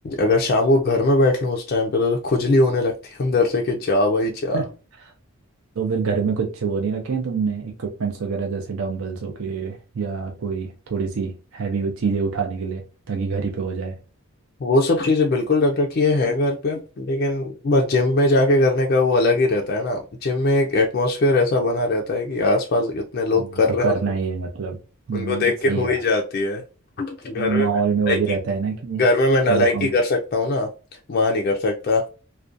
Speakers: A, on the left; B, on the right.
A: अगर शाम को घर में बैठ लूँ उस टाइम पे तो खुजली होने लगती है अंदर से कि जा भाई
B: <laughs>
A: जा
B: तो फिर घर में कुछ वो नहीं रखे हैं तुमने इक्विपमेंट्स वगैरह जैसे डंबल्स हो गए या कोई थोड़ी सी हैवी चीज़ें उठाने के लिए ताकि घर ही पे हो जाए
A: वो सब चीज़ें बिल्कुल रख रखी है, हैं घर पे लेकिन बस जिम में जाके करने का वो अलग ही रहता है ना जिम में एक एटमॉस्फेयर ऐसा बना रहता है कि आसपास इतने लोग
B: हम्म,
A: कर
B: तो
A: रहे
B: करना
A: हैं उनको
B: ही है मतलब हम्म,
A: उनको देख
B: सही
A: के हो
B: है यार
A: ही जाती है घर में
B: माहौल
A: मैं नालायकी
B: में वो भी रहता है ना कि
A: घर में मैं नालायकी
B: थोड़ा कॉम
A: कर सकता हूँ ना वहां नहीं कर सकता